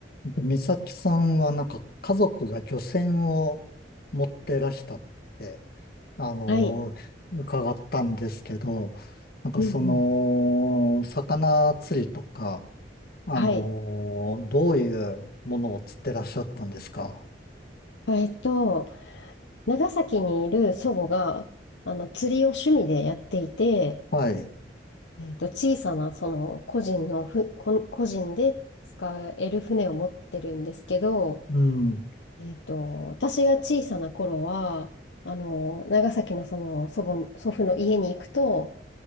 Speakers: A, on the left; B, on the left.
A: えっと美咲さんはなんか家族が漁船を持ってらしたって、あの、
B: はい。
A: 伺ったんですけど、なんかその、
B: うんうん。
A: 魚釣りとか、あの、
B: はい。
A: どういうものを釣ってらっしゃったんですか
B: えっと、長崎にいる祖母が、あの、釣りを趣味でやっていて、
A: はい。
B: えっと、小さな、その、個人のふ、こ個人で使える船を持ってるんですけど、
A: うん。
B: えっと、私が小さな頃は、あの、長崎のその、祖母、祖父の家に行くと、